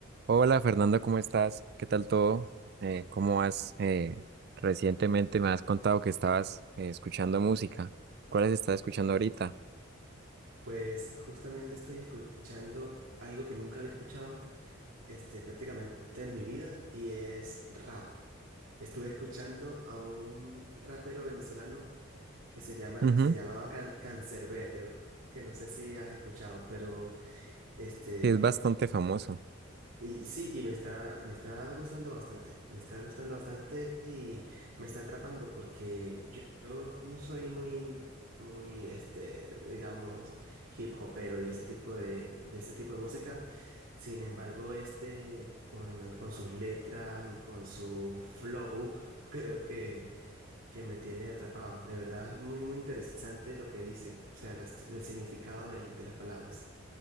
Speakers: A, on the right; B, on the right.
A: Hola Fernando, ¿cómo estás? ¿Qué tal todo? Eh, ¿cómo vas? Eh, recientemente me has contado que estabas eh, escuchando música. ¿Cuáles estás escuchando ahorita?
B: Pues justamente estoy escuchando algo que nunca había escuchado, este, prácticamente en mi vida, y es rap. Estuve escuchando a un rapero venezolano que se llama,
A: Ujú,
B: se llamaba Can- Cancerbero, que no sé si has escuchado, pero este,
A: Sí, es bastante famoso.
B: y sí, y me está, me está gustando bastante, me está gustando bastante y me está atrapando porque yo, yo no soy muy, muy, este, digamos, hip hopero y ese tipo de, de ese tipo de música. Sin embargo, este, con, con sus letras y con su flow, <laughs> creo que, que me tiene atrapado. De verdad, muy, muy interesante lo que dice, o sea, las- el significado del- de las palabras.